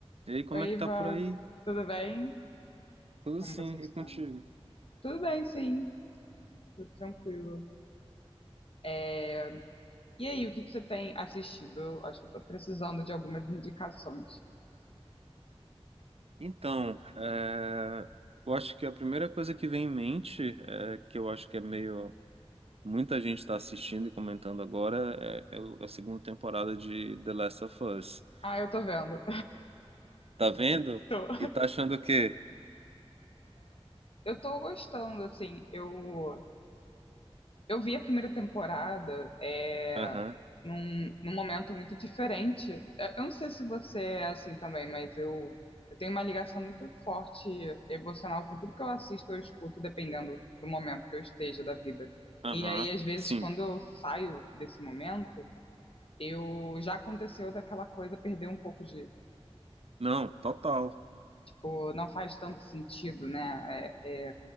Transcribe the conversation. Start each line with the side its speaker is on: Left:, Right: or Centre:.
Right: E aí, como
Left: Oi,
Right: é que
Left: Ivan,
Right: tá por aí?
Left: tudo bem?
Right: Tudo
Left: Como
Right: sim,
Left: você está?
Right: e contigo?
Left: Tudo bem, sim, tudo tranquilo. É, E aí, o que que você tem assistido? Eu Acho que eu tô precisando de algumas indicações.
Right: Então, é, eu acho que a primeira coisa que vem em mente, é, que eu acho que é meio. Muita gente está assistindo e comentando agora, é, é o- a segunda temporada de The Last of Us.
Left: Ah, eu tô vendo.
Right: Tá vendo?
Left: <laughs> Tô.
Right: E tá achando o quê?
Left: Eu tô gostando, assim, eu Eu vi a primeira temporada é,
Right: Aham,
Left: num, num momento muito diferente. Eu eu não sei se você é assim também, mas eu, eu tenho uma ligação muito forte emocional com tudo que eu assisto ou escuto, dependendo do momento que eu esteja da vida.
Right: aham,
Left: E aí, às vezes,
Right: sim.
Left: quando eu saio desse momento, eu já aconteceu daquela coisa perder um pouco de,
Right: Não, total.
Left: tipo, não faz tanto sentido, né? É,